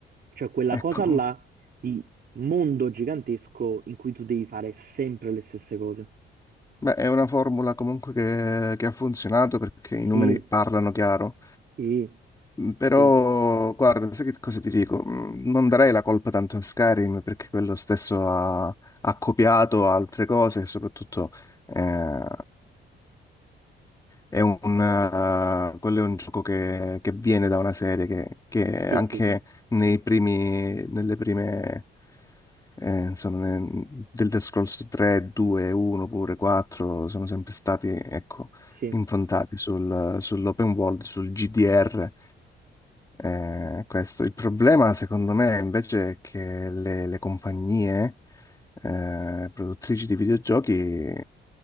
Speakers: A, on the right (about 50°); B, on the left (about 15°).
A: cioè quella
B: Ecco,
A: cosa là di mondo gigantesco in cui tu devi fare sempre le stesse cose.
B: beh, è una formula comunque che, che ha funzionato perché i numeri
A: Sì,
B: parlano chiaro.
A: sì,
B: Mm, Però,
A: sì,
B: guarda, sai che cosa ti dico? Mm, Non darei la colpa tanto a Skyrim perché quello stesso ha, ha copiato altre cose e soprattutto eh, è un, eh, quello è un gioco che, che viene da una serie che, che
A: sì,
B: anche
A: sì, sì, sì,
B: nei primi, nelle prime, eh, insomma, ne- Elder Scrolls 3, 2, 1, pure 4 sono sempre stati, ecco,
A: sì,
B: improntati sul- sull'open world, sul GDR. Eh, questo. Il problema, secondo me, invece, è che le, le compagnie eh, produttrici di videogiochi